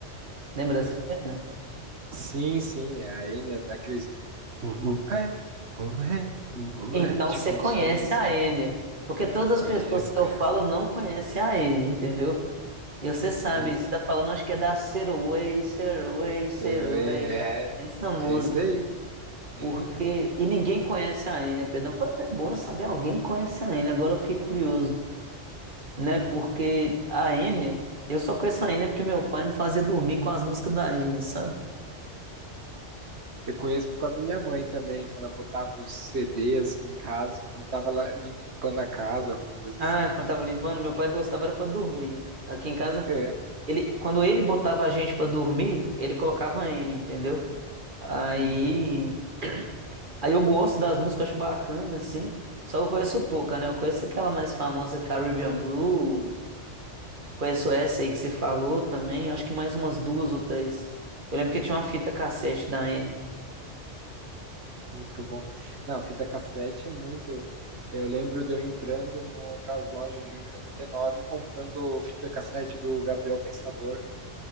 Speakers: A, on the right; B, on the right.
A: Lembra dessa cena?
B: Sim, sim, é a Enya daqueles uh, uh, é, uh, é, uh,
A: Então
B: uh, é, tipo
A: você conhece
B: uns sons assim.
A: a Enya, porque todas
B: Conheço,
A: as pessoas que
B: conheço.
A: eu falo não conhecem a Enya, entendeu? E você
B: Sim,
A: sabe,
B: sim.
A: você tá falando, acho que é da Saraway, Saraway, Saraway,
B: Então, É,
A: essa
B: é,
A: música,
B: é isso aí. Uhum.
A: porque... E ninguém conhece a Enya, perdão, foi até bom eu saber alguém conhece a Enya, agora eu fiquei curioso, né? Porque a Enya, eu só conheço a Enya porque meu pai me fazia dormir com as músicas da Enya, sabe?
B: Eu conheço por causa da minha mãe também, que ela botava os CD assim em casa, quando tava lá limpando a casa, alguma coisa
A: Ah,
B: assim,
A: quando
B: mas.
A: tava limpando, meu pai gostava era pra dormir. Aqui em casa,
B: É.
A: Ele, quando ele botava a gente pra dormir, ele colocava N, entendeu? Aí,
B: Uhum.
A: aí eu gosto das músicas, acho bacana, assim. Só que eu conheço pouca, né? Eu conheço aquela mais famosa Caribbean Blue. Conheço essa aí que você falou também. Acho que mais umas duas ou três. Eu lembro que tinha uma fita cassete da N.
B: Muito bom. Não, fita cassete é muito. Eu lembro de eu entrando naquelas lojas de um e noventa e nove e comprando fita cassete do Gabriel Pensador.